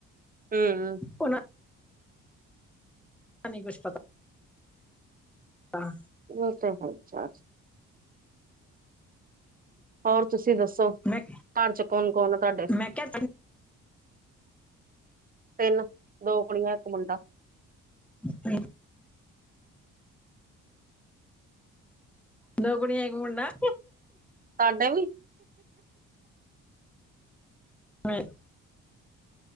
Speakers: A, on the right; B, in the centre.
A: ਹੂੰ,
B: ਉਹਨਾਂ ਹ ਨਹੀਂ ਕੁਛ ਪਤਾ ਹ
A: ਇਹੋ ਤਾਂ ਐ, ਹੋਰ ਤੁਸੀਂ ਦੱਸੋ? ਘਰ
B: ਮੈਂ
A: ਚ ਕੌਣ ਕੌਣ ਆ ਤੁਹਾਡੇ?
B: ਮੈਂ ਕਿਹਾ
A: ਤਿੰਨ, ਦੋ ਕੁੜੀਆਂ ਇੱਕ ਮੁੰਡਾ।
B: ਹਮੀ, <unintelligible> ਦੋ ਕੁੜੀਆਂ ਇਕ ਮੁੰਡਾ
A: ਸਾਡੇ ਵੀ
B: ਹਾਂ <unintelligible>